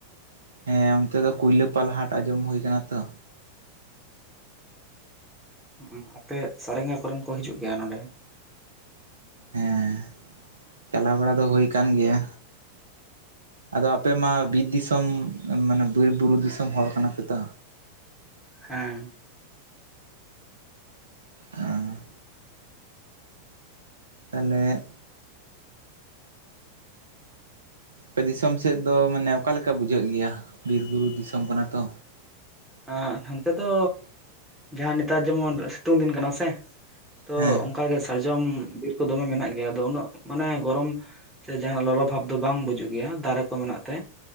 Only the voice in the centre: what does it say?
ᱦᱩᱸ ᱩ ᱟᱯᱮ ᱥᱟᱨᱮᱝᱜᱟ ᱠᱚᱨᱮᱱ ᱠᱚ ᱦᱤᱡᱩᱜ ᱜᱮᱭᱟ ᱱᱚᱸᱰᱮ ᱾
ᱦᱮᱸ
ᱟᱱ ᱦᱚᱱᱛᱮ ᱫᱚ ᱡᱟᱦᱟᱸ ᱱᱮᱛᱟᱨ ᱡᱮᱢᱚᱱ ᱥᱤᱛᱩᱝ ᱫᱤᱱ ᱠᱟᱱᱟ ᱥᱮ ᱛᱚ
ᱚᱱᱠᱟᱜᱮ ᱥᱟᱨᱡᱚᱢ ᱵᱤᱨ ᱠᱚ ᱫᱚᱢᱮ ᱢᱮᱱᱟᱜ ᱜᱮᱭᱟ ᱟᱫᱚ ᱩᱱᱟᱹᱜ ᱢᱟᱱᱮ ᱜᱚᱨᱚᱢ ᱥᱮ ᱡᱟᱦᱟᱱᱟᱜ ᱞᱚᱞᱚ ᱵᱷᱟᱵ ᱫᱚ ᱵᱟᱝ ᱵᱩᱡᱩᱜ ᱜᱮᱭᱟ ᱫᱟᱨᱮ ᱠᱚ ᱢᱮᱱᱟᱜ ᱛᱮ᱾